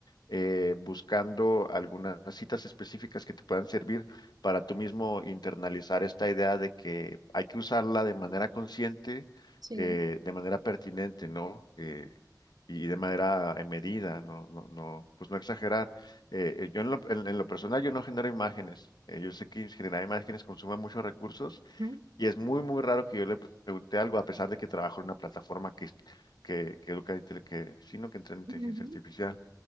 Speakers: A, on the left; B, on the right.
A: eh, buscando algunas citas específicas que te puedan servir para tú mismo internalizar esta idea de que hay que usarla de manera consciente,
B: sí.
A: eh, de manera pertinente, ¿no? Eh, y de manera eh, medida, no, no, no, pues no exagerar. Eh, eh, yo en lo, en- en lo personal yo no genero imágenes. Eh, yo sé que generar imágenes consume muchos recursos
B: Ujú,
A: y es muy, muy raro que yo le pregunte algo, a pesar de que trabajo en una plataforma que, que, que educa, intele- que, sino que entrena inteligencia
B: ujú.
A: artificial.